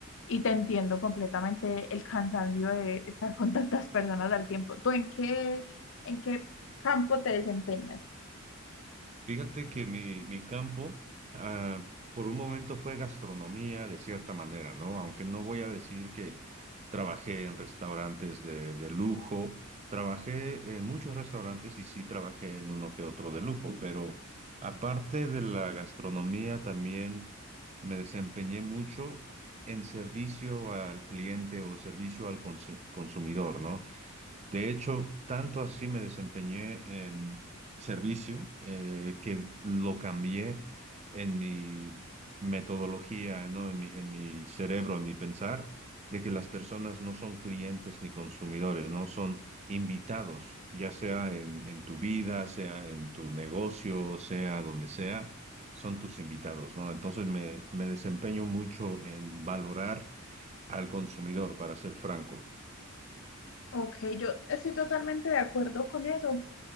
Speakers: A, on the left; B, on the right.
A: y te entiendo completamente el cansancio de estar con tantas personas al tiempo. ¿Tú en qué, en qué campo te desempeñas?
B: Fíjate que mi, mi campo, ah, por un momento fue gastronomía de cierta manera, ¿no? Aunque no voy a decir que trabajé en restaurantes de, de lujo, trabajé en muchos restaurantes y sí trabajé en uno que otro de lujo, pero aparte de la gastronomía también me desempeñé mucho en servicio al cliente o servicio al consu- consumidor, ¿no? De hecho, tanto así me desempeñé en servicio eh, que lo cambié en mi metodología, ¿no? En mi, en mi cerebro, en mi pensar, de que las personas no son clientes ni consumidores, ¿no? Son invitados, ya sea en, en tu vida, sea en tu negocio, sea donde sea, son tus invitados, ¿no? Entonces me, me desempeño mucho en valorar al consumidor, para ser franco.
A: Ok, yo estoy totalmente de acuerdo con eso,